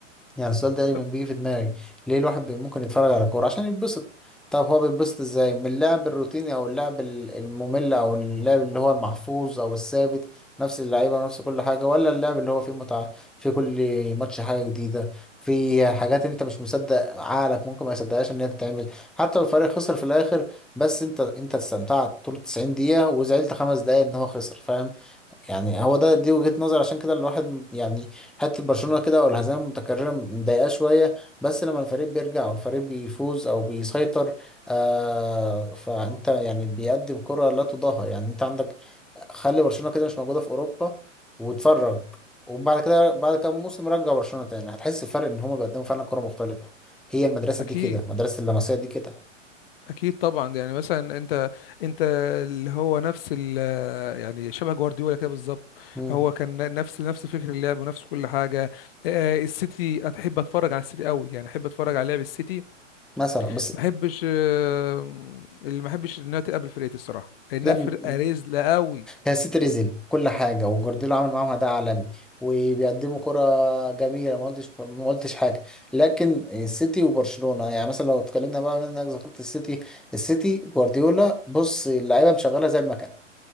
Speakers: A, in the centre; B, on the left.
A: يعني السؤال ده دايما
B: لا،
A: بيجي في دماغي ليه الواحد بي- ممكن يتفرج على كورة عشان يتبسط طب هو بيتبسط ازاي من اللعب الروتيني او اللعب ال- الممل او اللعب اللي هو المحفوظ او الثابت نفس اللعيبة ونفس كل حاجة ولا اللعب اللي هو فيه متعة في كل ماتش حاجة جديدة في حاجات انت مش مصدق عقلك ممكن ما يصدقهاش ان هي تتعمل حتى لو الفريق خسر في الاخر بس انت انت استمتعت طول 90 دقيقة وزعلت خمس دقايق ان هو خسر فاهم يعني هو ده دي وجهة نظر عشان كده الواحد يعني حته برشلونه كده او الهزائم المتكرره مضايقاه شويه بس لما الفريق بيرجع او الفريق بيفوز او بيسيطر آه فانت يعني بيقدم كره لا تضاهى يعني انت عندك خلي برشلونه كده مش موجوده في اوروبا واتفرج وبعد كده بعد كام موسم رجع برشلونه تاني هتحس الفرق ان هما بيقدموا فعلا كره مختلفه هي المدرسه
B: اكيد
A: دي كده مدرسه اللمسيه دي كده
B: اكيد طبعا يعني مثلا انت انت اللي هو نفس ال يعني شبه جوارديولا كده بالظبط
A: مم.
B: هو كان نفس نفس فكر اللعب ونفس كل حاجه آه، السيتي احب اتفرج على السيتي قوي يعني احب اتفرج على لعب السيتي
A: مثلا بس
B: ما احبش آه، اللي ما احبش انها تقابل فرقتي الصراحه لانها
A: لا
B: فرقه رزله قوي
A: هي سيتي كل حاجه وجوارديولا عامل معاهم اداء عالمي وبيقدموا كره جميله ما قلتش ما قلتش حاجه لكن السيتي وبرشلونه يعني مثلا لو اتكلمنا بقى من انك ذكرت السيتي السيتي جوارديولا بص اللعيبه مشغله زي المكنه